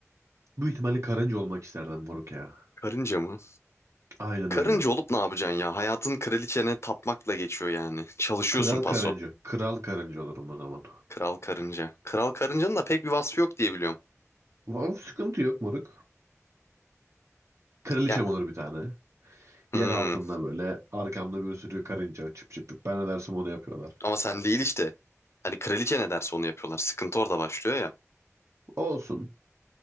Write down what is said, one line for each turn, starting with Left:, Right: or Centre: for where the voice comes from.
Right: büyük ihtimalle karınca olmak isterdim moruk ya.
Left: Karınca mı?
Right: Aynen
Left: Karınca
Right: öyle.
Left: olup ne yapacaksın ya? Hayatın kraliçene tapmakla geçiyor yani. Çalışıyorsun
Right: Kral
Left: paso.
Right: karınca. Kral karınca olurum o zaman.
Left: Kral karınca. Kral karıncanın da pek bir vasfı yok diye biliyorum.
Right: Vav, sıkıntı yok moruk. Kraliçem
Left: Ya
Right: olur bir tane.
Left: hmm,
Right: Yer altında böyle arkamda bir sürü karınca çıp çıp çıp. Ben ne dersem onu yapıyorlar.
Left: ama sen değil işte. Hani kraliçe ne derse onu yapıyorlar. Sıkıntı orada başlıyor ya.
Right: Olsun.